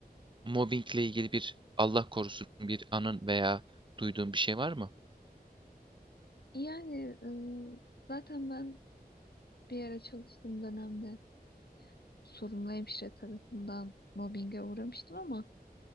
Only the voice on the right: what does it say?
Mobbingle ilgili bir Allah korusun bir anın veya duyduğun bir şey var mı?